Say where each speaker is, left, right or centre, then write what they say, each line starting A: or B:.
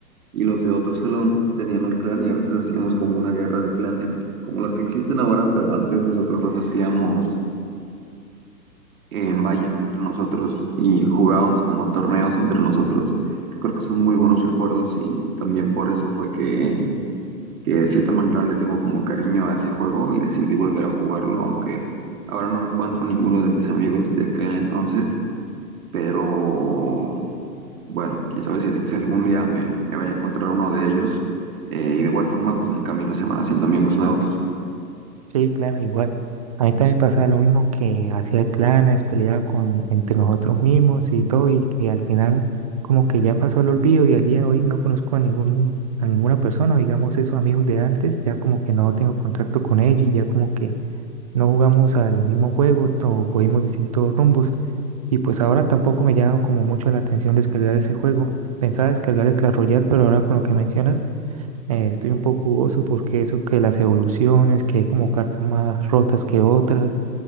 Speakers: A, on the right; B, on the right.
A: y los de otro salón tenían un clan y a veces hacíamos como una guerra de clanes, como las que existen ahora, pero antes nosotros los hacíamos en valla entre nosotros y jugábamos como torneos entre nosotros. Creo que son muy buenos recuerdos y, y también por eso fue que, que de cierta manera le tengo como cariño a ese juego y decidí volver a jugarlo, aunque ahora no me encuentro ninguno de mis amigos de aquel entonces pero bueno, quién sabe si, si algún día me, me vaya a encontrar uno de ellos eh, y de igual forma pues en el camino se van haciendo amigos nuevos.
B: Sí, claro, igual. A mí también pasaba lo mismo que hacía clanes, peleaba con entre nosotros mismos y todo y que al final como que ya pasó el olvido y al día de hoy no conozco a ningún a ninguna persona, digamos esos amigos de antes, ya como que no tengo contacto con ellos y ya como que no jugamos al mismo juego o cogimos distintos rumbos. Y pues ahora tampoco me llama como mucho la atención descargar ese juego. Pensaba descargar el Clash Royale, pero ahora con lo que mencionas, eh, estoy un poco jugoso porque eso que las evoluciones, que hay como cartas más rotas que otras,